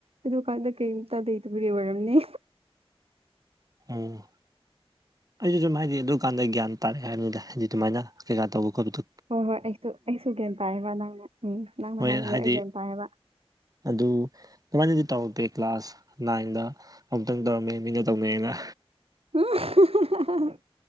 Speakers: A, on the right; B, on the right.
A: ꯑꯗꯨ ꯀꯥꯟꯗ ꯀꯩꯝꯇ ꯂꯩꯩꯇꯕꯒꯤ ꯑꯣꯏꯔꯝꯅꯤ꯫
B: ꯎꯝ ꯑꯩꯁꯨ ꯁꯨꯝ ꯍꯥꯏꯗꯤ ꯑꯗꯨꯀꯥꯟꯗ ꯒ꯭ꯌꯥꯟ ꯇꯥꯔꯛꯑꯦ ꯍꯥꯏꯕꯅꯤꯅ ꯍꯥꯏꯗꯤ ꯑꯗꯨꯃꯥꯏꯅ ꯀꯩꯀꯥ ꯇꯧꯕ ꯈꯣꯠꯄꯗꯨ
A: ꯍꯣꯏ ꯍꯣꯏ ꯑꯩꯁꯨ ꯑꯩꯁꯨ ꯒ꯭ꯦꯟ ꯇꯥꯏꯌꯦꯕ ꯅꯪꯅ ꯎꯝ ꯅꯪꯅ
B: ꯍꯣꯏ
A: ꯍꯥꯏꯕꯤꯌꯣ
B: ꯍꯥꯏꯗꯤ
A: ꯑꯩ ꯒꯌꯥꯟ ꯇꯥꯏꯌꯦꯕ꯫
B: ꯑꯗꯨ ꯀꯃꯥꯏꯅꯗꯤ ꯇꯧꯔꯒꯦ ꯀ꯭ꯂꯥꯁ ꯅꯥꯏꯟꯗ ꯑꯃꯨꯛꯇꯪ ꯇꯧꯔꯝꯃꯦ ꯃꯤꯅ ꯇꯧꯅꯩꯑꯅ
A: ꯍꯨꯝ ꯍꯥꯍꯥ